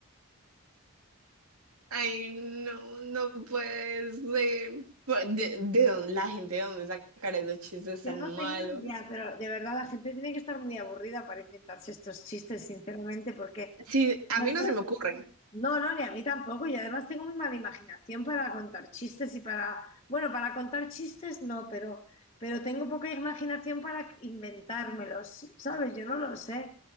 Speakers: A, on the right (about 75°); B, on the left (about 25°).
A: Ay, no, no puede ser. Bu- ¿De, de dónde, la gente de dónde sacar esos chistes
B: Yo
A: tan
B: no tengo
A: malos?
B: ni idea, pero de verdad la gente tiene que estar muy aburrida para inventarse estos chistes, sinceramente, porque
A: Sí, a
B: bueno,
A: mí no se me ocurren.
B: No, no, ni a mí tampoco. Y además tengo muy mala imaginación para contar chistes y para, bueno, para contar chistes no, pero, pero tengo poca imaginación para inventármelos, ¿sabes? Yo no lo sé.